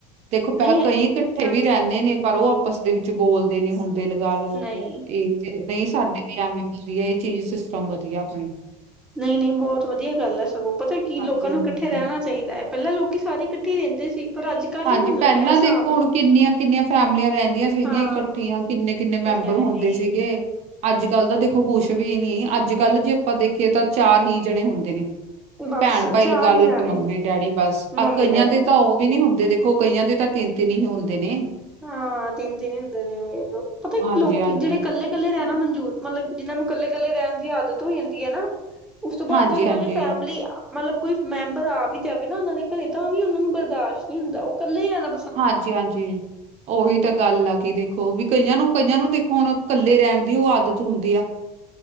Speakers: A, on the right; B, in the centre.
A: ਦੇਖੋ
B: ਨਹੀਂ
A: ਪੈ ਕਈ ਕੱਠੇ
B: ਹਾਂਜੀ।
A: ਵੀ ਰੈਂਦੇ ਨੇ ਪਰ ਓ ਆਪਸ ਦੇ ਵਿੱਚ ਬੋਲਦੇ ਨੀ ਹੁੰ ਦੇ ਲਗਾ ਲੋ
B: ਨਹੀਂ
A: ਏਹ ਨਹੀਂ ਸਾਡੇ ਵੀ ਐਵੇਂ ਹੁੰਦੀ ਐ ਏਹ ਚੀਜ਼ ਸਿਸਟਮ ਵਦੀਆ ਆਪਨੇ।
B: ਨਹੀਂ-ਨਹੀਂ ਬਹੁਤ ਵਧੀਆ ਗੱਲ ਐ ਸਗੋਂ, ਪਤਾ ਕੀ
A: ਹਾਂਜੀ
B: ਲੋਕਾਂ ਨੂੰ ਇਕੱਠੇ ਰਹਿਣਾ ਚਾਹੀਦਾ ਐ, ਪਹਿਲਾਂ ਲੋਕੀਂ ਸਾਰੇ ਇਕੱਠੇ ਰਹਿੰਦੇ ਸੀ। ਪਰ ਅੱਜ ਕੱਲ੍ਹ
A: ਹਾਂਜੀ,
B: ਹੀ ਹੁਣ
A: ਪੈਲਾਂ
B: ਇਹ ਹਿਸਾਬ
A: ਦੇਖੋ ਹੁਣ ਕਿੰਨੀਆਂ-ਕਿੰਨੀਆਂ ਫੈਮਲੀਆਂ ਰਹਿੰਦੀਆਂ ਸੀਗੀਆਂ,
B: ਹਾਂ
A: ਇਕੱਠੀਆਂ ਕਿੰਨੇ ਕਿੰਨੇ
B: ਇਕੱਠੀਆਂ
A: ਮੈਂਬਰ
B: ਰਹਿੰਦੀਆਂ
A: ਹੁੰਦੇ ਸੀਗੇ।
B: ਸੀ
A: ਅੱਜ-ਕੱਲ੍ਹ ਤਾਂ ਦੇਖੋ ਕੁਛ ਵੀ ਨੀ, ਅੱਜ-ਕੱਲ੍ਹ ਜੇ ਆਪਾਂ ਦੇਖੀਏ ਤਾਂ ਚਾਰ ਹੀ ਜਣੇ ਹੁੰਦੇ ਨੇ।
B: ਬਸ
A: ਭੈਣ-ਭਾਈ
B: ਚਾਰ
A: ਲਗਾ ਲਓ,
B: ਹੀ ਜਾਣੇ
A: ਇੱਕ ਮੰਮੀ-ਡੈ‌ੜੀ ਬਸ, ਆ
B: ਮੰਮੀ
A: ਕਈਆਂ
B: ਡੈਡੀ
A: ਦੇ ਤਾਂ ਉਹ ਵੀ ਈ ਨੀ ਹੁੰਦੇ ਦੇਖੋ, ਕਈਆਂ ਦੇ ਤਾਂ ਤਿੰਨ-ਤਿੰਨ ਈ ਹੋਂਦੇ ਨੇ।
B: ਹਾਂ, ਤਿੰਨ-ਤਿੰਨ ਈ ਹੁੰਦੇ ਨੇ, ਪਤਾ
A: ਹਾਂਜੀ-ਹਾਂਜੀ,
B: ਕੀ ਲੋਕੀਂ ਜਿਹੜੇ ਇਕੱਲੇ ਕੱਲੇ ਰਹਿਣਾ ਮਨਜੂਰ, ਮਲਬ ਜਿਹਨਾਂ ਨੂੰ ਕੱਲੇ-ਕੱਲੇ ਰਹਿਣ ਦੀ ਆਦਤ ਹੋ ਜਾਂਦੀ ਏ ਨਾ ਉਸ ਤੋਂ ਬਾਅਦ
A: ਹਾਂਜੀ-ਹਾਂਜੀ,
B: ਜੇ ਉਹਨਾਂ ਲੀ ਫੈਮਿਲੀ ਮਲਬ, ਕੋਈ ਮੈਂਬਰ ਆ ਵੀ ਜਾਵੇ ਨਾ ਉਹਨਾਂ ਦੇ ਘਰੇ ਤਾਂ ਵੀ ਉਹਨਾਂ ਨੂੰ ਬਰਦਾਸ਼ਤ ਨੀ ਹੁੰਦਾ, ਉਹ ਕੱਲੇ ਜਾਣਾ
A: ਹਾਂਜੀ-ਹਾਂਜੀ। ਉਹੀ ਤਾਂ ਗੱਲ ਆਗੀ ਦੇਖੋ, ਵੀ ਕਈਆਂ ਨੂੰ, ਕਈਆਂ ਨੂੰ ਦੇਖੋ ਹੁਣ, ਕੱਲੇ ਰਹਿਣ ਦੀਓ ਆਦਤ ਹੁੰਦੀ ਆ।